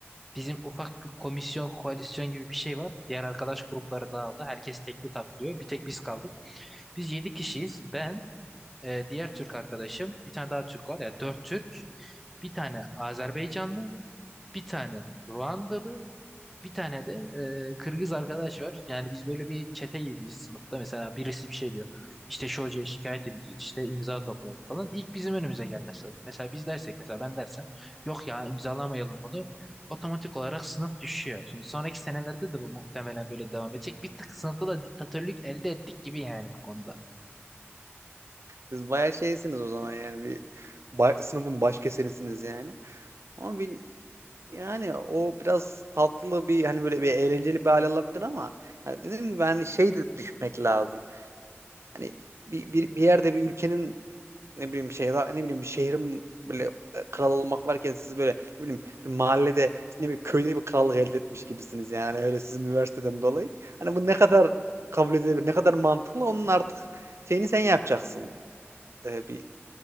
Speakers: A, in the centre; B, on the right.
A: Bizim ufak bir komisyon, koalisyon gibi bir şey var. Diğer arkadaş grupları dağıldı. Herkes tekli takılıyor. Bir tek biz kaldık. Biz 7 kişiyiz. Ben, e, diğer Türk arkadaşım, bir tane daha Türk var. Yani Dört Türk, bir tane Azerbaycanlı, bir tane Ruandalı, bir tane de e, Kırgız arkadaş var. Yani biz böyle bir çete gibiyiz sınıfta. Mesela birisi bir şey diyor. İşte şu hocaya şikayet edeceğiz. işte imza toplayalım falan. İlk bizim önümüze gelmesi lazım. Mesela biz dersek mesela ben dersem yok ya imzalamayalım bunu. Otomatik olarak sınıf düşüyor. Şimdi sonraki senelerde de bu muhtemelen böyle devam edecek. Bir tık sınıfta da diktatörlük elde ettik gibi yani bu konuda.
B: Siz bayağı şeysiniz o zaman yani bir ba- sınıfın baş kesenisiniz yani. Ama bil- yani o biraz tatlı bir hani böyle bir eğlenceli bir hale alabilir ama yani dediğim gibi hani şey de düşünmek lazım. Hani bir, bir, bir yerde bir ülkenin ne bileyim bir şey ne bileyim bir şehrin böyle e, kral olmak varken siz böyle ne bileyim bir mahallede ne bileyim köyde bir krallık elde etmiş gibisiniz yani öyle sizin üniversiteden dolayı. Hani bu ne kadar kabul edilebilir, ne kadar mantıklı onun artık şeyini sen yapacaksın e, bir